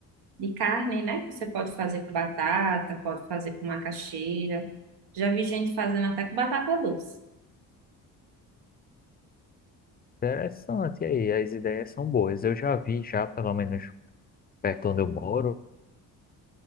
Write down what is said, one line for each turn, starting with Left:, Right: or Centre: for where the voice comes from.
Right: de carne, né? Que você pode fazer com batata, pode fazer com macaxeira. Já vi gente fazendo até com batata doce.
Left: Interessante aí, as ideias são boas. Eu já vi já, pelo menos perto onde eu moro,